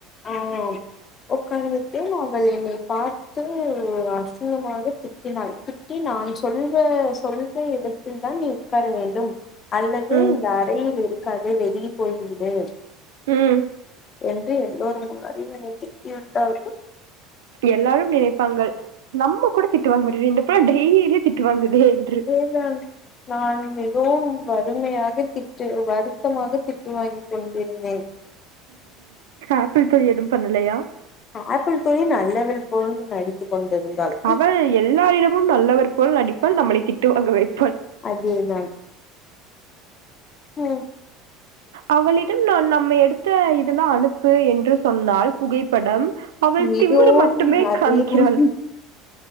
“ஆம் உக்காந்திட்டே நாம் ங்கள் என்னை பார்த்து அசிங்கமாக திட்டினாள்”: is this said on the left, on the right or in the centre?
Left